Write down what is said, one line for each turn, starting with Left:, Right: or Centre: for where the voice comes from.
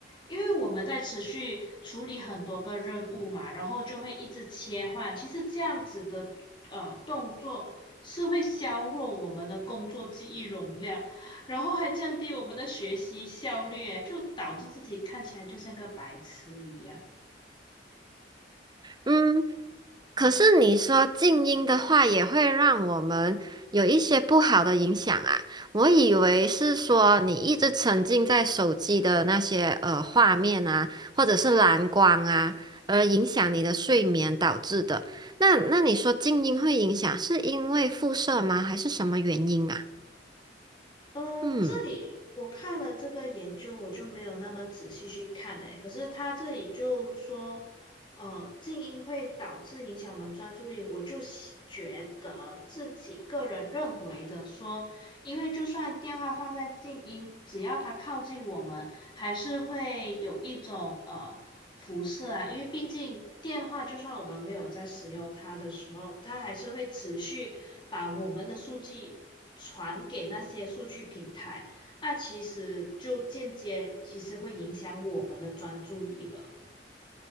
Left: 因为我们在持续处理很多个任务嘛，然后就会一直切换。其实这样子的呃动作是会削弱我们的工作记忆容量，然后还降低我们的学习效率，诶就导致自己看起来就像个白痴一样。
Right: 嗯，可是你说静音的话，也会让我们有一些不好的影响啊。我以为是说你一直沉浸在手机的那些呃画面啊，或者是蓝光啊，而影响你的睡眠导致的。那那你说静音会影响，是因为辐射吗？还是什么原因啊？
Left: 呃，
Right: 嗯。
Left: 这里我看了这个研究，我就没有那么仔细去看嘞。可是他这里就说，呃，静音会导致影响我们专注力。我就喜觉得自己个人认为的说，因为就算电话放在静音，只要它靠近我们，还是会有一种呃。辐射啊，因为毕竟电话就算我们没有在使用它的时候，它还是会持续把我们的数据传给那些数据平台，那其实就间接其实会影响我们的专注力了。